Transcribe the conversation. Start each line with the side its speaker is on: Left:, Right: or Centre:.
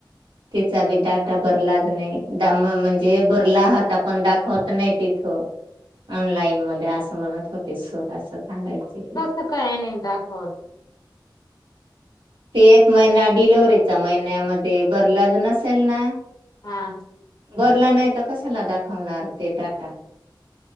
Right: तिचा बी डाटा भर लाग नाही दा म्हणजे जे बरला आहात आपण दाखवत नाही तिथं ऑनलाईन म असं म्हणत होते सोर असं सांगायचे की
Left: काही नाही दाखवत
Right: ते एक महिना डिलवर्हरीचा महिन्यामध्ये भरलाज नसेल ना
Left: हा
Right: बरला नाही तर कशाला दाखवणार ते डाटा